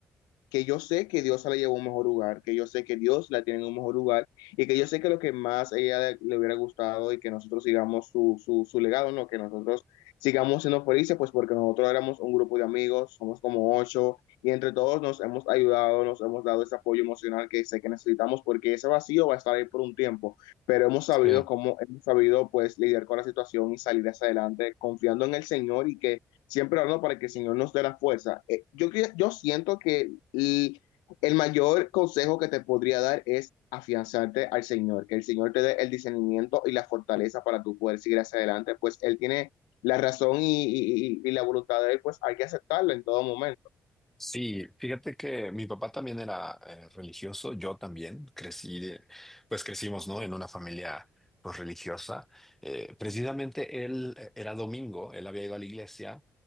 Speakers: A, on the left (about 85°); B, in the centre.
A: que yo sé que Dios la llevó a un mejor lugar, que yo sé que Dios la tiene en un mejor lugar y que yo sé que lo que más a ella le hubiera gustado y que nosotros sigamos su, su, su legado, ¿no? Que nosotros sigamos siendo felices, pues porque nosotros éramos un grupo de amigos, somos como ocho y entre todos nos hemos ayudado, nos hemos dado ese apoyo emocional que sé que necesitamos porque ese vacío va a estar ahí por un tiempo, pero hemos sabido
B: sí.
A: cómo, hemos sabido pues lidiar con la situación y salir hacia adelante confiando en el Señor y que siempre hablando para que el Señor nos dé la fuerza. Eh, yo, yo siento que y el mayor consejo que te podría dar es afianzarte al Señor, que el Señor te dé el discernimiento y la fortaleza para tú poder seguir hacia adelante, pues Él tiene la razón y, y, y y la voluntad de Él, pues hay que aceptarla en todo momento.
B: Sí, fíjate que mi papá también era eh, religioso, yo también crecí, de- pues crecimos, ¿no? En una familia pues religiosa. Eh, precisamente él eh, era domingo, él había ido a la iglesia